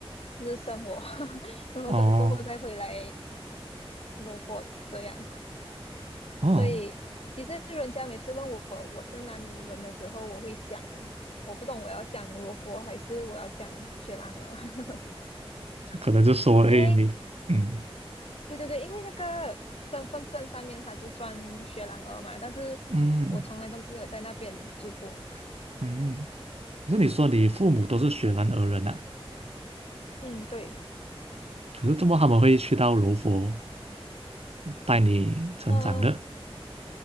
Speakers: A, on the left (about 75°); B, on the right (about 85°).
A: 就是生活，<laughs> 然后过过后再回来
B: 哦
A: 罗佛这样。
B: 哦，
A: 所以其实人家每次问我我是哪里人的时候，我会想诶，我不懂我要讲罗佛还是我要讲雪兰莪。<laughs>
B: 这可能就说，哎，
A: 因为
B: 你，嗯
A: 对对对，因为那个身份证上面它是算雪兰莪嘛，但是我从来都没有在那边住过。
B: 嗯嗯，可是你说你父母都是雪兰莪人啊，
A: 嗯，对，
B: 可是怎么他们会去到柔佛带你成长的？
A: 呃，